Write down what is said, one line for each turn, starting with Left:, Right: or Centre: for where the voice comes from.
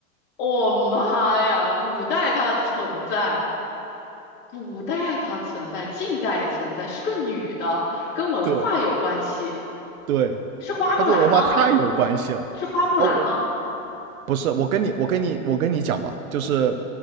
Left: 我、妈呀，古代它存在。古代它存在，近代也存在，是个女的，跟文化有关系，
Right: <laughs> 对对，
Left: 是花木兰吗？
Right: 它跟文化太有关系了。
Left: 是花木兰吗？
Right: 哦，我不是，我跟你，我跟你，我跟你讲吧，就是，